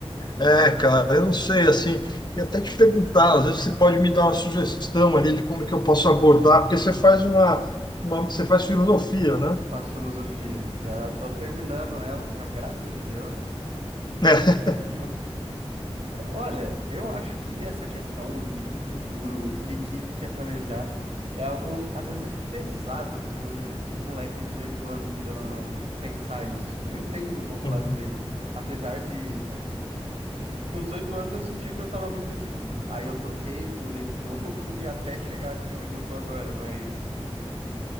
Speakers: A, on the left; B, on the right.
A: É, cara, eu não sei, assim, e até te perguntar, às vezes você pode me dar uma sugestão ali de como é que eu posso abordar, porque você faz uma, uma- você faz filosofia, né?
B: Eu faço filosofia. Já tô terminando ela, com a graça de Deus. <laughs>
A: <laughs>
B: Hum, Olha, eu acho que essa questão de, de futuro, o que que quer planejar, é algo, às vezes, é pesado para um moleque de 18 anos, querendo ou não, pensar isso. Eu entendo um pouco
A: Uhum,
B: o lado dele. Apesar de Com com 18 anos eu sentia que eu estava muito decidido. Aí eu troquei, mudei de <laughs> novo e até chegar aqui onde eu tô agora. Mas